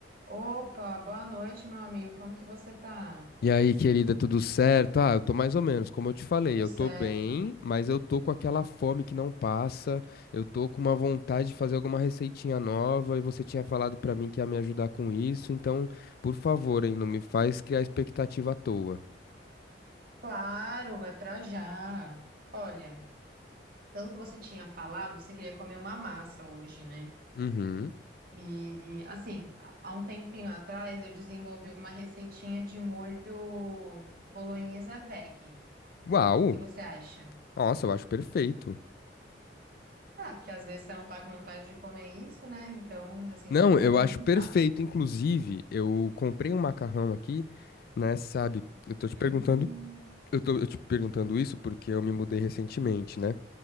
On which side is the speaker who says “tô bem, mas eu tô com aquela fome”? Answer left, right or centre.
Left